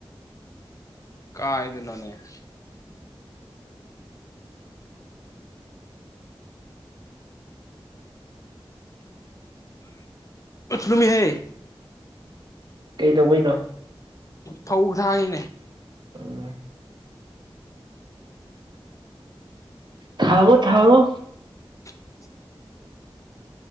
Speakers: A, on the left (about 35°); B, on the right (about 50°).
A: ꯀ ꯏꯗꯅꯣꯅꯦꯦꯣ ꯂꯃꯤꯍꯦ
B: ꯀꯩꯗꯧꯕꯩꯅꯣ
A: ꯐꯧꯒ ꯊꯑꯅꯦ
B: ꯎꯝ ꯊꯥꯡꯉꯣ ꯊꯥꯉꯣ
A: ꯀ